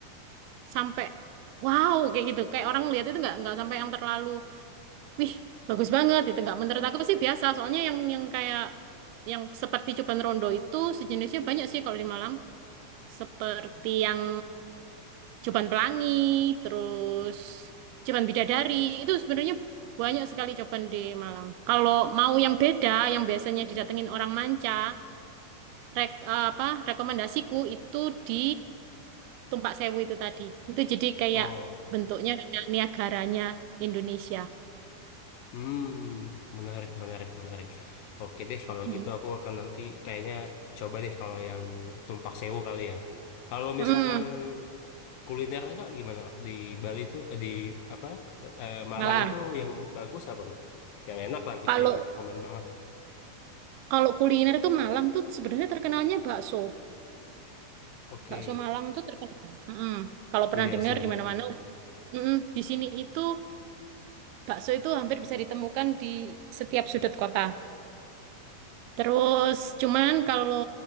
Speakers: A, on the right; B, on the left.
A: sampai wow kayak gitu. Kayak orang lihat itu nggak nggak sampai yang terlalu wih bagus banget itu nggak menurut aku sih biasa. Soalnya yang yang kayak yang seperti cobaan rondo itu sejenisnya banyak sih kalau di Malang. Seperti yang Coban Pelangi, terus Coban Bidadari. Itu sebenarnya banyak sekali coban di Malang. Kalau mau yang beda, yang biasanya didatengin orang manca, rek, eh, apa rekomendasiku itu di Tumpak Sewu itu tadi. Itu jadi kayak
B: oh
A: bentuknya kayak Niagaranya Indonesia.
B: hmm menarik menarik menarik oke deh kalau
A: Mm.
B: gitu aku akan nanti kayaknya coba deh kalau yang Tumpak Sewu kali ya kalau
A: Mm,
B: misalkan kulinernya kak gimana Kak? di Bali itu eh, di apa eh, Malang
A: Malang.
B: itu yang bagus apa mbak yang enak lah gitu
A: Kalau
B: yang rekomend banget
A: kalau kuliner itu Malang tuh sebenarnya terkenalnya bakso.
B: oke
A: Bakso Malang itu terkenal. Mm-mm. Kalau pernah
B: jadi ya
A: dengar
B: sih bener
A: di mana-mana, mm-mm, di sini itu bakso itu hampir bisa ditemukan di setiap sudut kota. Terus cuman kalau